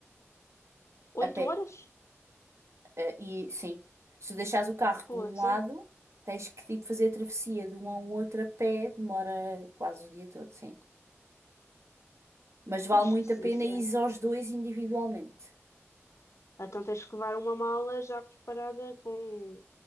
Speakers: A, on the left; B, on the right.
A: oito
B: a pé.
A: horas?
B: Eh, e sim, se tu deixares o carro
A: Poça.
B: de um lado, tens que tipo fazer a travessia de um ao outro a pé, demora quase o dia todo, sim. Mas vale
A: Ixi,
B: muito a pena
A: isso
B: ir
A: é.
B: aos dois individualmente.
A: Então tens que levar uma mala já preparada com